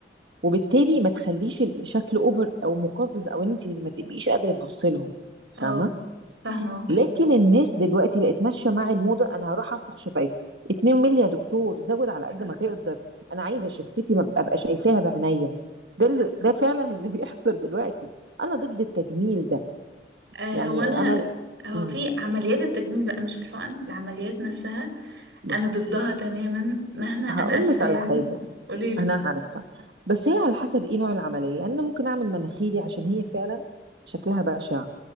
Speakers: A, on the right; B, on the right.
A: وبالتالي ما تخليش الشكل اوفر او مقزز او ان انت ما تبقيش قادره تبص لهم فاهمه
B: اه فاهمة اه
A: لكن الناس دلوقتي بقت ماشيه مع الموضه انا هروح انفخ شفايفي 2 مللي يا دكتور زود على قد ما <laughs> تقدر انا عايزه شفتي ما ابقى شايفاها بعينيا ده اللي- ده فعلا اللي <laughs> بيحصل دلوقتي انا ضد التجميل ده
B: <laughs> آه،
A: يعني
B: هو انا
A: انا
B: هو
A: امم
B: في عمليات التجميل بقى مش الحقن العمليات نفسها
A: بص
B: انا ضدها تماما مهما انا
A: هقول
B: اسفه
A: لك على
B: يعني
A: حاجه
B: قوليلي
A: انا عارفه بس هي على حسب ايه نوع العمليه يعني انا ممكن اعمل مناخيري عشان هي فعلا شكلها بشع